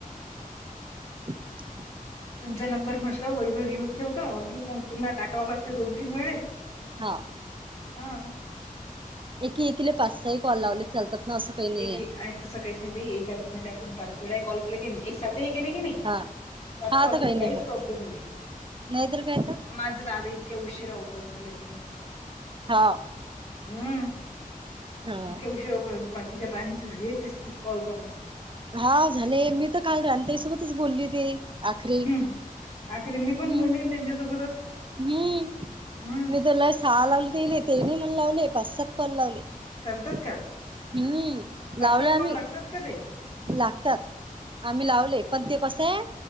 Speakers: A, on the right; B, on the left.
A: <inaudible>
B: तुमचा नंबर म्हंटलो वईवरर येऊन ठेवतो, अजून मग पुन्हा टाकावं लागते दोन तीन वेळेस.
A: हा.
B: हा हा.
A: एकी एकी ला पाच सहा कॉल लावलेत चालतात. ना असं काही नाहीये
B: एक एक तसं काहीच नाही ते एका आज म आपण पाच वेळा कॉल. की नाही एक साथ गेले की नाही
A: हा
B: पाच
A: हा
B: कॉल
A: तर काही
B: तरी
A: नाही
B: काहीच
A: होत
B: प्रॉब्लेम नाही.
A: नाहीतर काय तर
B: माझं दादा इतक्या उशिरा ओपन झालं हे.
A: हा.
B: हम्म.
A: हा
B: इतक्या उशीरा पर्यंत बाकीच्या बायांची झाली तीस तीस कॉल करून.
A: हा झाले मी तर काल राणी ताईसोबतच बोलली ते. आखरी
B: हम्म आखरी मीपण
A: हम्म
B: बोलली त्यांच्यासोबतच.
A: हम्म,
B: हम्म
A: मी तुला सहा लावले, तेले तेनी मला लावले पाच सात कॉल लावले.
B: चालतात
A: हम्म,
B: का पाच
A: लावलं
B: सात
A: आम्ही.
B: कॉल लागतात का ताई.
A: लागतात, आम्ही लावले.
B: काय
A: पण ते कसंय,